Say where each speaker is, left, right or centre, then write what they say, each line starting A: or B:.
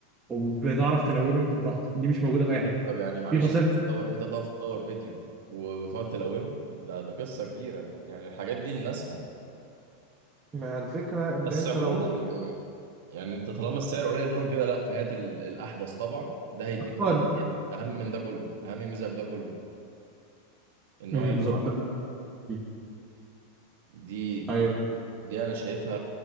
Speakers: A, on the right (about 20°); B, on the right (about 75°).
A: وبتعرف تلونه انت براحتك دي مش موجوده في اي حته
B: طب يعني معلش
A: في خاصيه في
B: تصور- انت تقف تصور فيديو و- وتقعد تلونه ده ده قصة كبيرة يعني الحاجات دي لناسها
A: مع الفكرة اللي
B: بس
A: انت
B: عموما
A: لو اتحطيت
B: يعني يعني انت طالما السعر قليل بينهم كده لا فهات ال- الاحدث طبعا ده هيديك ميزه
A: اه ده-
B: تانيه اهم من ده كله اهم ميزه في ده كله ان
A: امم
B: هو يدفع
A: بالظبط
B: رقم.
A: ده حقيقي.
B: دي
A: ايوه
B: دي انا شايفها